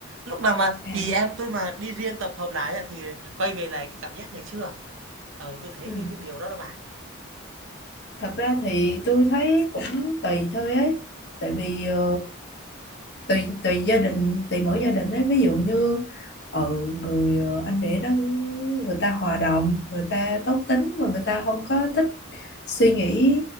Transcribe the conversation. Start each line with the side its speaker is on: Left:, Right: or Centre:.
Right: lúc nào mà
Left: à
Right: chị em tôi mà đi riêng tập hợp lại á, thì quay về lại cái cảm giác ngày xưa ờ tôi thấy
Left: ừ.
Right: cái cái điều đó đó bà
Left: thật ra thì tôi thấy cũng tùy thôi ấy tại vì ờ, tùy tùy gia đình tùy mỗi gia đình ấy ví dụ như
Right: Ừ.
Left: ở người ờ, anh để đó người ta hòa đồng người ta tốt tính và người ta không có thích suy nghĩ